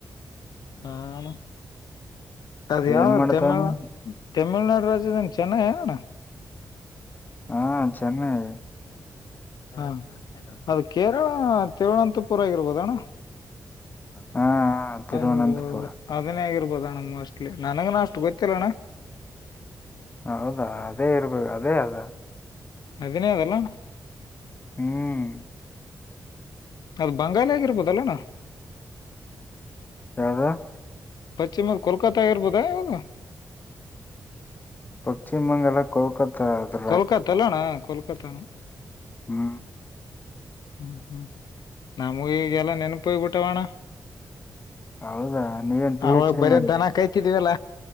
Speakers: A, on the left (about 80°); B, on the left (about 25°).
A: ಹಾ ಅಣ್ಣ. ಅದ ಯಾವ್ದ
B: ಏನ್ ಮಾಡ್ತಾನೆ
A: ತಮಿಳ್ ತಮಿಳ್ನಾಡು ರಾಜ್ಯದಿಂದ ಚೆನ್ನೈ ಹೇಳಣ.
B: ಹಾ ಚೆನ್ನೈ.
A: ಹಾ ಅದು ಕೇರಳ ತಿರುವನಂತಪುರ ಆಗಿರ್ಬೋದ ಅಣ್ಣ.
B: ಹಾ ಹಾ ತಿರುವನಂತಪುರ
A: ಹೌದು ಅದನೇ ಆಗಿರ್ಬೋದಣ್ಣ ಮೋಸ್ಟ್ಲಿ ನನಗನ ಅಷ್ಟು ಗೊತ್ತಿಲ್ಲ ಅಣ್ಣ.
B: ಹೌದಾ ಅದೇ ಇರ್ಬೇಕ ಅದೇ ಅದ.
A: ಅದೇ ಅದಲ್ಲಣ.
B: ಹ್ಮ್
A: ಅದು ಬಂಗಾಲ ಆಗಿರ್ಬೋದಲ್ಲನಾ.
B: ಯಾವ್ದ
A: ಪಶ್ಚಿಮ ಕಲ್ಕತಾ ಎರ್ ಬುದಾ ಆದು.
B: ಪಶ್ಚಿಮ ಬಂಗಾಳ ಕೋಲ್ಕತ್ತಾ ಅದ್ರ
A: ಕಲ್ಕತಲ್ಲಣ ಕಲ್ಕತಾ ನ.
B: ಹ್ಮ
A: ಹ್ಮ್ ಹ್ಮ್ ನಾ ಮುಗಗೆ ಎಲ್ಲ ನೆನಪಯ್ ಬಿಟ್ಟವಾಣ.
B: ಹೌದಾ ನೀವೇನ್ ಪಿ
A: ಅವಾಗ
B: ಎಚ್ ಡಿ
A: ಬರೀ
B: ಮಾಡಿ
A: ದನ ಕಾಯ್ತಿದವಲ್ಲ